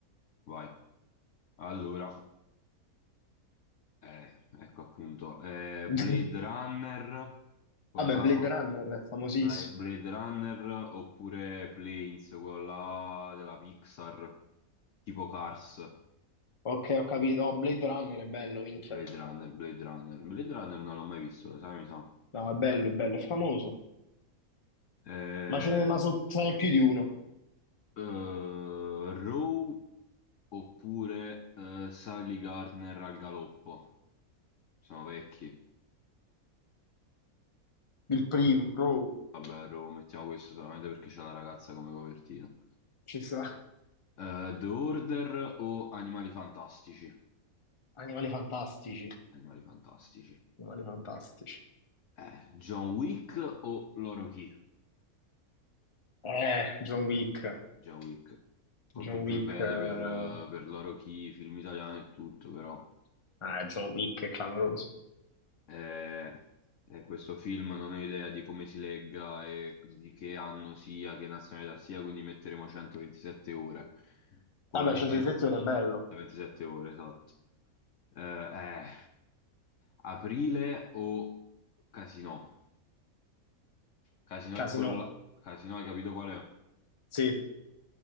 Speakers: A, on the left; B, on the left.
A: Vai. Allora, eh, ecco appunto. eh,
B: <laughs> Vabbè,
A: Blade Runner, con la
B: Blade
A: cor-
B: Runner è famosissimo.
A: Bla- Blade Runner oppure Planes, con la della Pixar, tipo Cars.
B: Ok, ho capito. Oh, Blade Runner è bello, minchia.
A: Blade Runner, Blade Runner. Blade Runner non l'ho mai visto, lo sai, mi sa.
B: No, è bello, è bello, è famoso.
A: Eh,
B: Ma ce ne, ma so- ce n'è più di uno.
A: eh, Row oppure eh, Sally Gardner al galoppo. Sono vecchi.
B: Il primo, bro.
A: Vabbè, lo mettiamo questo solamente perché c'è la ragazza come copertina.
B: Ci sta.
A: Eh, The Order o Animali Fantastici?
B: Animali fantastici.
A: Animali Fantastici.
B: Animali fantastici.
A: Eh, John Wick o Loro Chi?
B: Eh, John Wick.
A: John Wick. Con
B: John
A: tutto
B: Wick.
A: il bene
B: eh,
A: per, eh, per Loro Chi, film italiano e tutto, però
B: Ah, John Wick è clamoroso.
A: eh, eh, questo film non ho idea di come si legga e di che anno sia, che nazionalità sia, quindi metteremo 127 ore. No, no. Polarizzate
B: Vabbè, centro di sezione è bello.
A: 27 ore, esatto. Eh, eh. Aprile o Casino? Casino
B: Casino,
A: è quello là. Casino, hai capito qual è?
B: sì,